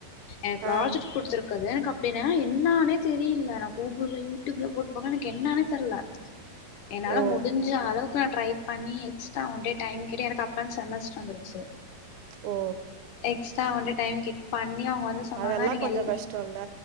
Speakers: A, on the left; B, on the right.
A: எனக்கு பிராஜெக்ட்
B: ஆ
A: புடிச்சிரு க்காது எனகஅப்டினா என்னானே தெரில நா கூகுள்ல யூடியூப்ல போட்டு பாக்க எனக் என்னானே தெர்ல என்னால
B: ஓ
A: முடிஞ்ச அளவுக்கு நா ட்ரை பண்ணி எக்ஸ்ட்ரா ஒன்டே டைம் கேட்டு எனக்கு அப்பன் செமஸ்ட்ரு வந்துருச்சு
B: ஓ
A: எக்ஸ்ட்ரா ஒன்டே டைம் கேட்டு பண்ணி அவங்க வந்து சொன்னாங்க
B: அதெல்லா
A: நீங்க
B: கொஞ்சோ
A: எல்
B: கஷ்டோல